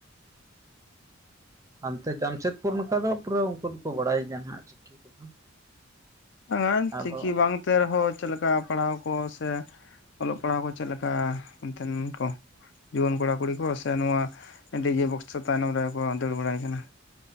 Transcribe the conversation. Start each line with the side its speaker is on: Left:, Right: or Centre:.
Right: ᱦᱟᱱᱛᱮ ᱡᱟᱢᱥᱮᱫᱯᱩᱨ ᱱᱚᱠᱟ ᱫᱚ ᱯᱩᱨᱟᱹ ᱩᱱᱠᱩ ᱫᱚᱠᱚ ᱵᱟᱲᱟᱭ ᱜᱮᱭᱟ ᱦᱟᱜ ᱪᱤᱠᱤ ᱠᱚᱫᱚ
Left: <inaudible>
Right: ᱟᱫᱚ
Left: ᱪᱤᱠᱤ ᱵᱟᱝ ᱛᱮ ᱨᱮᱦᱚᱸ ᱪᱮᱫ ᱞᱮᱠᱟ ᱯᱟᱲᱦᱟᱣ ᱠᱚ ᱥᱮ ᱚᱞᱚᱜ ᱯᱟᱲᱦᱟᱣ ᱠᱚ ᱪᱮᱫ ᱞᱮᱠᱟ ᱚᱱᱛᱮᱱ ᱠᱚ᱾ ᱡᱩᱣᱟᱹᱱ ᱠᱚᱲᱟ ᱠᱩᱲᱤ ᱠᱚ ᱥᱮ ᱱᱚᱣᱟ ᱰᱤᱡᱮ ᱵᱚᱠᱥᱚ ᱛᱟᱭᱱᱚᱢ ᱨᱮᱜᱮ ᱠᱚ ᱫᱟᱹᱲ ᱵᱟᱲᱟᱭ ᱠᱟᱱᱟ᱾